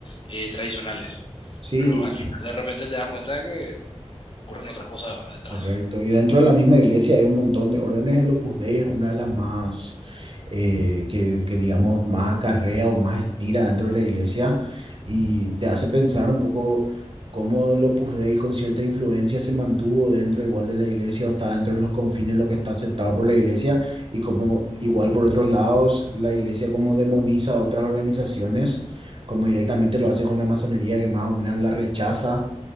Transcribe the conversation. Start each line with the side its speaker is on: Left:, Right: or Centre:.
Left: eh, tradicionales.
Right: Sí,
Left: Pero al final de repente te das cuenta de que ocurren otras cosas detrás.
Right: Correcto. Y dentro de la misma iglesia hay un montón de órdenes. El Opus Dei es una de las más, eh, que, que digamos, más acarrea o más estira dentro de la iglesia y te hace pensar un poco cómo el Opus Dei con cierta influencia se mantuvo dentro igual de la iglesia o está dentro de los confines de lo que está aceptado por la iglesia y como igual por otros lados la iglesia como demoniza a otras organizaciones, como directamente lo hace con la masonería que más o menos la rechaza